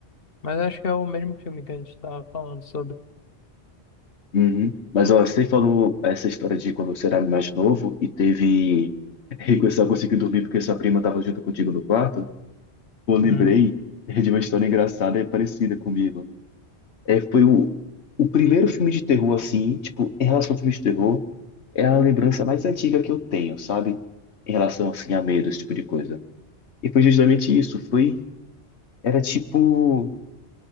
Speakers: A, on the left (about 60°); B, on the left (about 75°).
A: Mas acho que é o mesmo filme que a gente estava falando sobre.
B: Uhum. Mas ó, você falou essa história de quando você era mais novo e teve. <laughs> E você só conseguiu dormir porque sua prima tava junto contigo no quarto. eu lembrei
A: Uhum.
B: é de uma história engraçada e parecida comigo. É, foi o, o primeiro filme de terror, assim, tipo, em relação ao filme de terror, é a lembrança mais antiga que eu tenho, sabe? Em relação, assim, a medo, esse tipo de coisa. E foi justamente isso, foi, era tipo